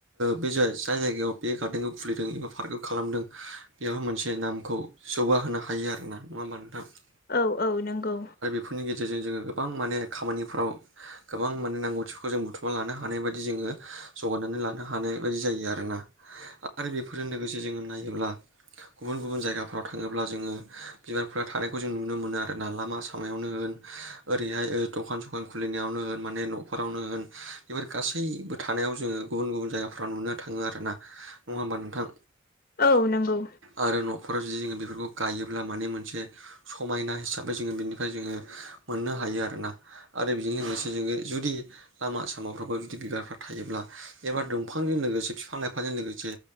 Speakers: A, on the right (about 70°); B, on the left (about 45°).
A: बे जाय जायगायाव बे गार्देनखौ खुलिदों एबा पार्क खालामदों बेयावहाय मोनसे नामखौ जौगाहोनो हायो आर ना नङा होमबा नोंथाङां
B: औ औ नंगौ
A: बेफोरनि गेजेरजों जोङो गोबां माने खामानिफ्राव गोबां माने नांगौथिफोरखौ जों बुथुमना लानो हानाय बायदि जोङो जगायनानै लानो हानाय बायदि जायो आरोना आरो बेफोरजों लोगोसे जोङो नायोब्ला गुबुन गुबुन जायगाफ्राव थाङोब्ला जोङो बिबारफोरा थानाय खौ जों नुनो मोनो आरोना लामा सामायावनो होन ओरैहाय दखान सखान खुलिनायावनो होन माने न'खरावनो होन बेफोर गासैबो थानायाव जोङो गुबुन गुबुन जायगाफ्राव नुनो थाङो आर ना नङा होमबा नोंथां
B: औ नंगौ
A: आरो न'खराव जुदि जोङो बेफोरखौ गायोब्ला माने मोनसे समायना हिसाबै जोङो बेनिफ्राय जोङो मोननो हायो आरोना आरो बेजों लोगोसे जोङो जुदि लामा सामाफ्रावाबो जुदि बिबारफ्रा थायोब्ला एबा दंफांजों लोगोसे बिफां लाइफांजों लोगोसे